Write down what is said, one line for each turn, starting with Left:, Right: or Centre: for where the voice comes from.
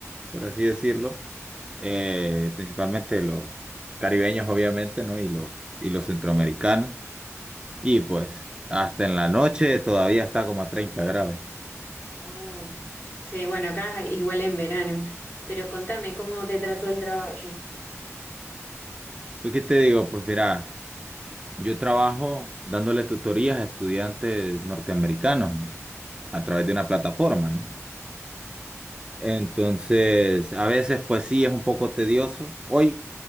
Right: por así decirlo, eh, principalmente los caribeños, obviamente, ¿no? Y los, y los centroamericanos. Y pues, hasta en la noche todavía está como a 30 grados.
Left: Oh, sí, bueno, acá igual en verano. Pero contame, ¿cómo te trató el trabajo?
Right: ¿Y qué te digo? Pues mira, yo trabajo dándole tutorías a estudiantes norteamericanos. ¿no? a través de una plataforma, ¿no? Entonces, a veces, pues sí, es un poco tedioso. Hoy,